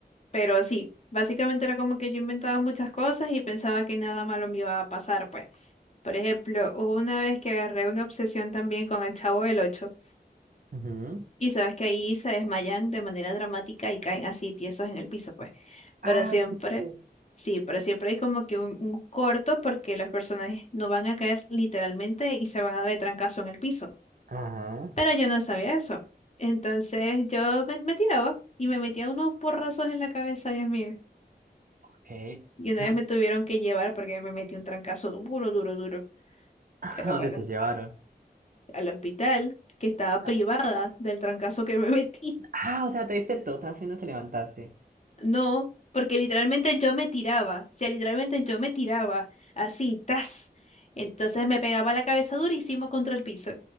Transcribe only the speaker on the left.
pero sí, básicamente era como que yo inventaba muchas cosas y pensaba que nada malo me iba a pasar, pues. Por ejemplo, hubo una vez que agarré una obsesión también con el Chavo del Ocho.
Y sabes que ahí se desmayan de manera dramática y caen así tiesos en el piso, pues. Pero
siempre,
sí, pero siempre hay como que un, un corto porque los personajes no van a caer literalmente y se van a dar de trancazo en el piso.
Pero yo no sabía eso. Entonces yo me, me tiraba y me metía unos porrazos en la cabeza, Dios mío.
Y una vez me tuvieron que llevar porque me metí un trancazo duro, duro, duro.
Pero
bueno,
que- al hospital, que estaba
privada del trancazo que me metí.
No, porque literalmente yo me tiraba, o sea, literalmente yo me tiraba así, tas. Entonces me pegaba la cabeza durísimo contra el piso.